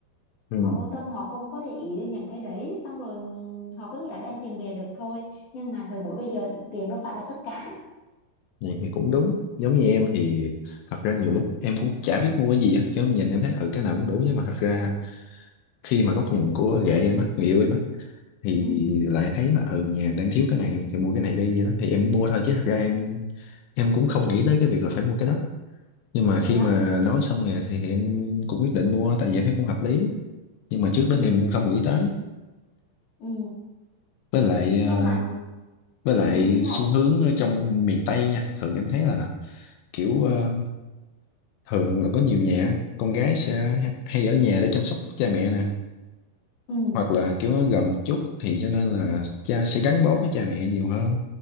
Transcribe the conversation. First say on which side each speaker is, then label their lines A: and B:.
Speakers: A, on the left; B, on the left.
A: ừ,
B: họ vô tâm họ không có để ý đến những cái đấy xong rồi ừ, họ cứ nghĩ là đem tiền về được thôi nhưng mà thời buổi bây giờ tiền đâu phải là tất cả
A: vậy thì cũng đúng giống như em thì thật ra nhiều lúc em cũng chả biết mua cái gì á chứ em nhìn em thấy ừ cái nào cũng đủ nhưng mà thật ra khi mà góc nhìn của ghệ em á người yêu em á thì
B: ừ
A: lại thấy là ừ nhà đang thiếu cái này thì mua cái này đi vậy đó thì em mua thôi chứ thật ra em em cũng không nghĩ tới cái việc là phải mua cái đó nhưng mà
B: thì
A: khi
B: đó
A: mà nói xong rồi thì em cũng quyết định mua tại vì em thấy cũng hợp lý nhưng mà trước
B: ừ
A: đó thì em không nghĩ tới
B: ừ
A: với lại
B: nhưng
A: ờ,
B: mà
A: với lại
B: ừ lại
A: xu hướng ở trong miền Tây nha thường em thấy là kiểu ờ, thường là có nhiều nhà con gái sẽ hay ở nhà để chăm sóc cha mẹ nè
B: ừ
A: hoặc là kiểu nó gần một chút thì cho nên là cha sẽ gắn bó với cha mẹ nhiều hơn